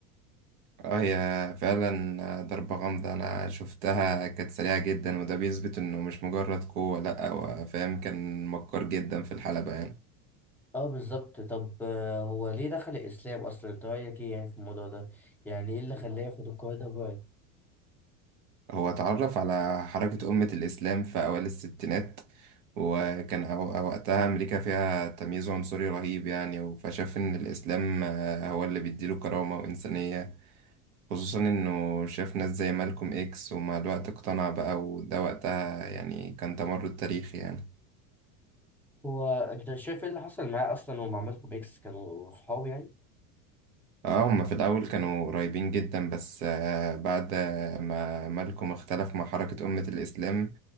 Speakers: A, on the right; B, in the centre.
A: اه هي فعلا آه، ضربة غامضة أنا شفتها كانت سريعة جدا وده بيثبت إنه مش مجرد قوة لأ هو فاهم كان مكار جدا في الحلبة يعني
B: اه بالظبط طب آه، هو ليه دخل الإسلام أصلا انت رأيك ايه يعني في الموضوع ده يعني ايه اللي خلاه ياخد القرار ده برأيك؟
A: هو اتعرف على حركة أمة الإسلام في أوائل الستينات وكان أو- وقتها أمريكا فيها تمييز عنصري رهيب يعني فشاف إن الإسلام آه، هو اللي بيديله كرامة وإنسانية خصوصا إنه شاف ناس زي مالكوم إكس ومع الوقت اقتنع بقى وده وقتها يعني كان تمرد تاريخي يعني
B: هو انت شايف ايه اللي حصل معاه اصلا ومع مالكم بيكس كانوا صحاب يعني
A: اه هما في الأول كانوا قريبين جدا بس آه، بعد ما مالكم اختلف مع حركة أمة الإسلام